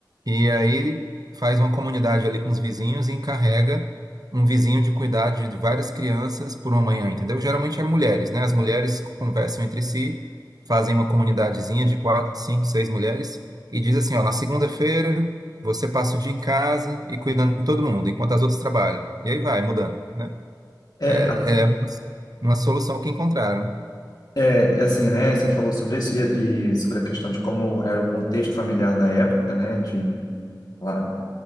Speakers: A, on the right (about 55°); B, on the left (about 60°).
A: e aí faz uma comunidade ali com os vizinhos e encarrega um vizinho de cuidar de várias crianças por uma manhã, entendeu? Geralmente é mulheres, né? As mulheres conversam entre si, fazem uma comunidadezinha de quatro, cinco, seis mulheres e diz assim, ó, na segunda-feira. Você passa o dia em casa e cuidando de todo mundo, enquanto as outras trabalham. E aí vai mudando, né?
B: É,
A: É,
B: assim,
A: é uma solução que encontraram.
B: é, é assim, né? Você falou sobre isso e, e sobre a questão de como era o contexto familiar da época, né? De lá,